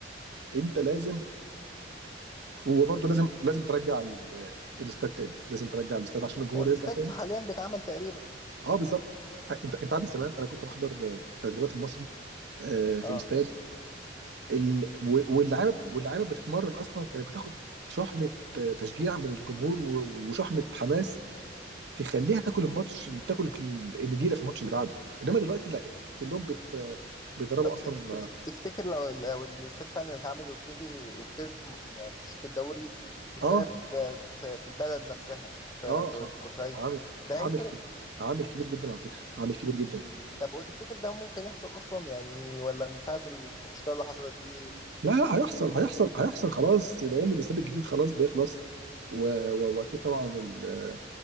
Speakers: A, on the right; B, on the left.
A: انت لازم وبرضه لازم لازم ترجع ال- الاستاد تاني لازم ترجع الاستاد عشان الجمهور
B: هو الاستاد
A: يرجع تاني
B: حاليا بيتعمل تقريبا
A: اه بالظبط انت انت عارف زمان انا كنت بحضر تدريبات المصري آه،
B: اه
A: في الاستاد ال... و- واللعيبه واللعيبه بتتمرن اصلا كانت بتاخد شحنه آه، تشجيع من الجمهور و- وشحنه حماس تخليها تاكل الماتش تاكل النجيله في الماتش اللي بعده انما دلوقتي لا كلهم بت بيضربوا
B: طب
A: اصلا
B: تف- تف- تفتكر لو لو الاستاد فعلا اتعمل وابتدي وابتدت م- يعني ماتشات الدوري تتلعب
A: اه
B: ب- في, في في البلد نفسها في,
A: اه
B: في,
A: آه،
B: في بورسعيد
A: عامل
B: ده
A: عامل
B: هيفرق
A: كبير عامل كبير جدا على فكره عامل كبير جدا
B: طب وتفتكر ده ممكن يحصل اصلا يعني ولا من ساعة المشكلة اللي حصلت دي
A: لا لا هيحصل هيحصل هيحصل خلاص لان الاستاد الجديد خلاص بيخلص و... و... واكيد طبعا ال...